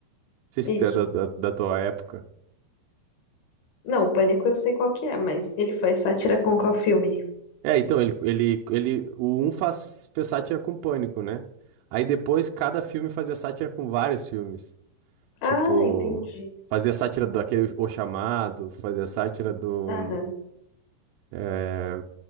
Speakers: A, on the right (about 85°); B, on the left (about 70°).
A: sei se
B: Isso.
A: tu é da, da, da tua época.
B: Não, Pânico eu sei qual que é, mas ele faz sátira com qual filme?
A: É, então, ele, ele, ele, o um faz, fez sátira com Pânico, né? Aí depois cada filme fazia sátira com vários filmes. Tipo,
B: Ah, entendi.
A: fazia sátira daquele O Chamado, fazia sátira do.
B: Aham,
A: É...